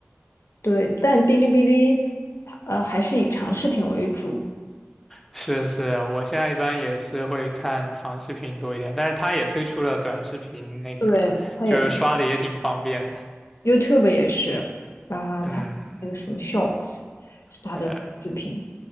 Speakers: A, on the left; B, in the centre.
A: 对，但哔哩哔哩，呃，还是以长视频为主。
B: 是是啊，我现在一般也是会看长视频多一点，但是它也推出了短视频，那个就是刷的也挺方便的。
A: 对。它也。YouTube 也是，然后它那个什么
B: 嗯，
A: Shorts 是它的视频。
B: 对，